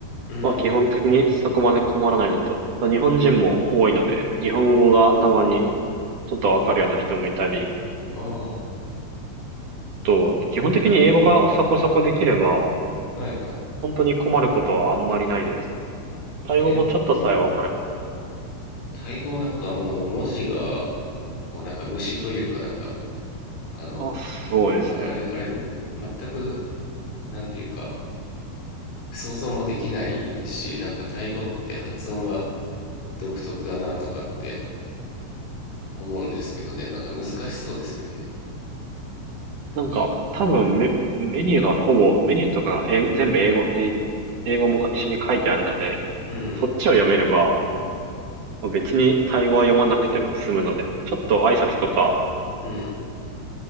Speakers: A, on the left; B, on the right.
A: うん。
B: まあ基本的にそこまで困らないのと、日本人も多いので、日本語がたまにちょっとわかるような人もいたり、
A: ああ、は
B: と、基本的に英語がそこそこできれば、
A: いはい。
B: 本当に困ることはあんまりないです。タイ語もちょっとさえわかれば。
A: え、タイ語なんかもう文字がこうなんか虫というかなんかあの、
B: あ、そうですね。
A: あれ、あれで全くなんていうか想像もできないし、なんかタイ語って発音が独特だなとかって思うんですけどね。なんか難しそうですけどね。
B: なんか、
A: いうん。
B: 多分メ、メニューがほぼ、メニューとかが英全部英語へい、英語も一緒に書いてあるので、
A: うん。
B: そっちを読めれば、まあ別にタイ語は読まなくても済むので、ちょっと挨拶とか、
A: うん。